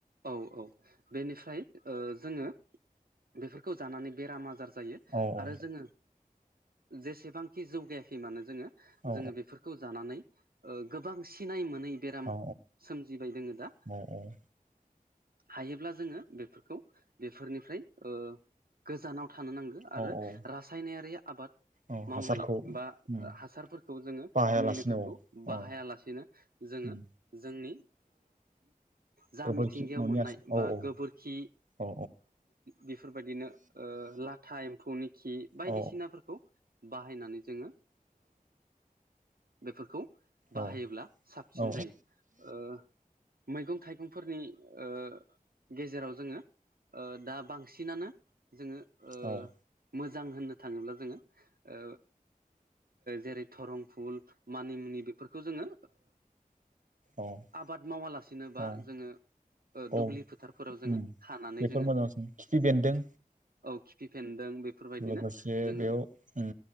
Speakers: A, on the right; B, on the right.
A: औ औ बेनिफ्राय जोङो बेफोरखौ जानानै बेराम आजार जायो।
B: औ औ
A: आरो जोङो जेसेबांखि जौगायाखै मानो जोङो
B: औ
A: जोङो बेफोरखौ खौ जानानै गोबां सिनाय मोनै बेराम
B: औ
A: सोमजिबाय दोङो दा
B: औ
A: हायोब्ला जोङो बेफोरखौ बेफोरनिफ्राय गोजानाव थानो नांगौ
B: औ
A: आरो
B: औ
A: रासायनारि आबाद
B: औ
A: मावनाय
B: हासारखौ
A: बा
B: उम
A: हासारफोरखौ जोङो
B: बाहायालासिनो
A: मुलिफोरखौ
B: औ
A: बाहायालासेनो
B: औ
A: जोङो
B: उम
A: जोंनि जा
B: गोबोरखि
A: मिथिंगायाव
B: न'नि
A: मोननाय
B: हासार औ
A: बा
B: औ
A: गोबोरखि
B: औ
A: बेफोरबायदिनो लाथा एम्फौनि खि बायदिसिना
B: औ
A: बाहायनानै जोङो बेफोरखौ बाहायोब्ला
B: औ
A: साबसिन
B: औ
A: जायो मैगं थाइगंफोरनि गेजेराव जोङो दा बांसिनानो जोङो ओ
B: औ
A: मोजां होननो थाङोब्ला जोङो जेरै थरं फुल मानि मुनि बेफोरखौ जोङो
B: औ
A: आबाद मावालासिनोबा
B: औ
A: जोङो
B: औ
A: दुब्लि फोथारफोराव जोङो
B: उम
A: हानानै
B: बेफोर
A: जोङो
B: मोजांसिन खिफि बेन्दों
A: औ खिफि फेनदों बेफोरबायदिनो
B: लोगोसे
A: जोङो
B: बेयाव उम